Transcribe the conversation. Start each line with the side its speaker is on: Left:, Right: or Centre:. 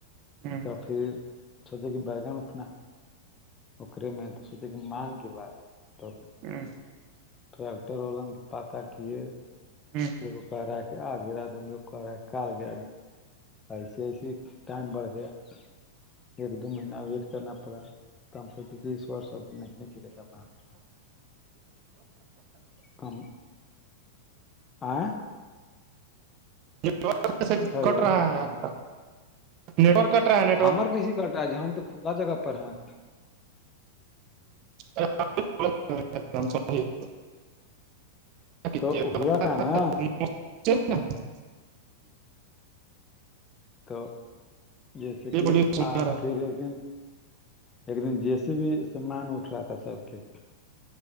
Right: کٹ
Left: تب پھر سوچے کہ بیگن اپنا اے میں تو سوچے کہ مان گروا لیتا تو <unintelligible>
Right: ا <inaudible> <unintelligible>
Left: ٹریکٹر والن کے پاتہ کیے
Right: ہوں <inaudible> <unintelligible>
Left: یہگ کو کہ رہا کہ آج گرا دن کو کہ رہا ہے کال گرا د <unintelligible> ایسے ایسے ٹائم بڑھ گیا ایک دو مہین ویٹ کرنا پڑا ہےم سےکیس وورس اب نہیں گرے گا کم <unintelligible> <inaudible> آئ <inaudible> <unintelligible>
Right: نیٹک
Left: ہلو
Right: کٹ رہا ہے کا نیٹورک کٹ رہا ہے <unintelligible> <inaudible>
Left: ہمر کیسیے کرتا ہےجی ہم تو کلا جگہ پر ہیںت <unintelligible> <inaudible>
Right: <unintelligible> <inaudible>
Left: تو ہوا کا نا
Right: <unintelligible>
Left: تو جیسے
Right: یہ
Left: کہ
Right: بولیے سنا
Left: آ
Right: رہا
Left: پھر ایک دن ایک دن جیسے بھی سمان اٹھ رہا تھا سب کے